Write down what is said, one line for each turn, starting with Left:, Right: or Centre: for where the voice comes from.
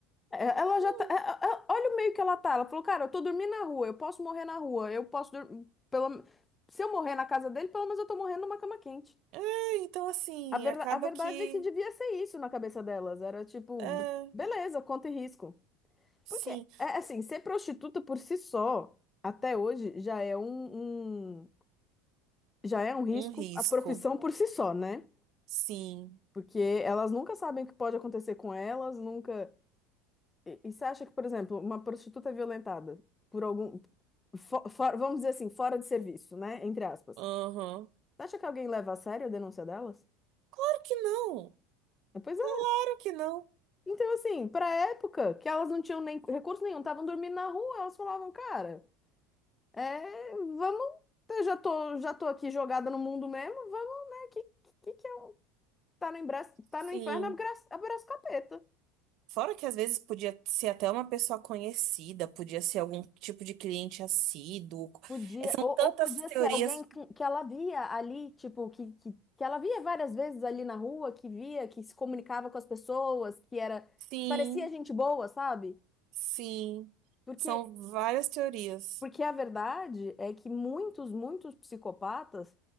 Left: é, Ela já
Right: Hum,
Left: tá. é, é, é, olha o meio que ela tá. Ela falou, cara, eu tô dormindo na rua, eu posso morrer na rua, eu posso. dor- Pelo... Se eu morrer na casa dele, pelo menos eu tô morrendo numa cama quente.
Right: É, então, assim,
Left: A verda-
Right: acaba
Left: a verdade
Right: que.
Left: é que devia ser isso na cabeça delas. Era tipo,
Right: É,
Left: b- beleza, conta e risco.
Right: sim,
Left: Porque, é assim, ser prostituta por si só, até hoje, já é um, um- já é um risco,
Right: um risco.
Left: a profissão por si só, né?
Right: Sim.
Left: Porque elas nunca sabem o que pode acontecer com elas, nunca. E, e você acha que, por exemplo, uma prostituta violentada por algum. fo- fora- vamos dizer assim, fora de serviço, né? Entre aspas.
Right: Aham.
Left: Você acha que alguém leva a sério a denúncia delas?
Right: Claro que não.
Left: Ah, Pois
Right: Claro
Left: é.
Right: que não.
Left: Então, assim, pra época que elas não tinham nem recurso nenhum, estavam dormindo na rua, elas falavam, cara, é, vamos. Eu já tô, já tô aqui jogada no mundo mesmo, vamos, né? Que, que, que é um. Tá no, embra... tá
Right: Sim.
Left: no inferno, abraço abraço capeta.
Right: Fora que às vezes podia ser até uma pessoa conhecida, podia ser algum tipo de cliente assíduo.
Left: Podia,
Right: É, São
Left: ou,
Right: tantas
Left: ou podia
Right: teorias.
Left: ser alguém que, que ela via ali, tipo, que, que, que ela via várias vezes ali na rua, que via, que se comunicava com as pessoas, que era,
Right: Sim.
Left: que parecia gente boa, sabe?
Right: Sim,
Left: Porque,
Right: são várias teorias.
Left: porque a verdade é que muitos, muitos psicopatas